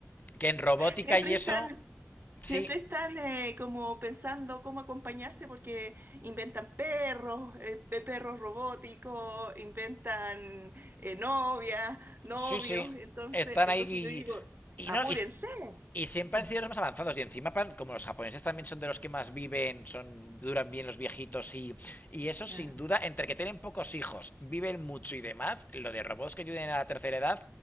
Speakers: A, on the left; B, on the right.
A: Que en robótica
B: siempre
A: y
B: están
A: eso, sí,
B: Siempre están eh, como pensando cómo acompañarse porque inventan perros, eh, pe- perros robóticos, inventan eh, novias, novios.
A: Sí, sí.
B: Entonces,
A: Están
B: entonces
A: ahí
B: yo digo,
A: y,
B: apúrense.
A: y no, y, y siempre
B: <laughs>
A: han sido los más avanzados. Y encima, plan, como los japoneses también son de los que más viven, son duran bien los viejitos y, y eso, sin
B: Ah,
A: duda, entre que tienen pocos hijos, viven mucho y demás, lo de robots que ayuden a la tercera edad,